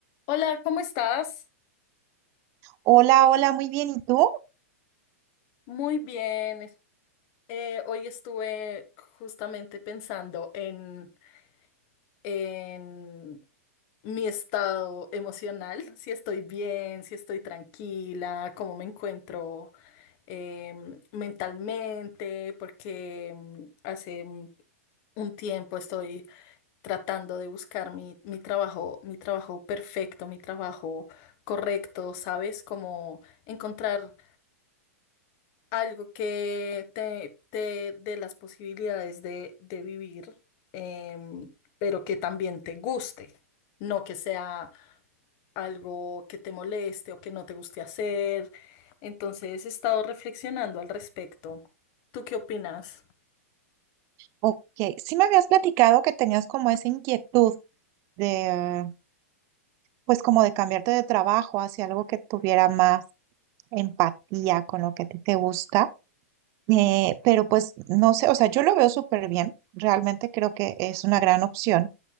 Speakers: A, on the left; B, on the right.
A: Hola, ¿cómo estás?
B: Hola, hola, muy bien. ¿Y tú?
A: Muy bien. es- eh, hoy estuve justamente pensando en, en mi estado emocional, si estoy bien, si estoy tranquila, cómo me encuentro em, mentalmente, porque em, hace mm, un tiempo estoy tratando de buscar mi, mi trabajo, mi trabajo perfecto, mi trabajo correcto, ¿sabes? Como encontrar algo que te, te dé las posibilidades de, de vivir, em, pero que también te guste, no que sea algo que te moleste o que no te guste hacer. Entonces he estado reflexionando al respecto. ¿Tú qué opinas?
B: Ok, sí me habías platicado que tenías como esa inquietud de, pues como de cambiarte de trabajo hacia algo que tuviera más empatía con lo que a ti te gusta. Eh, pero pues no sé, o sea, yo lo veo súper bien. Realmente creo que es una gran opción.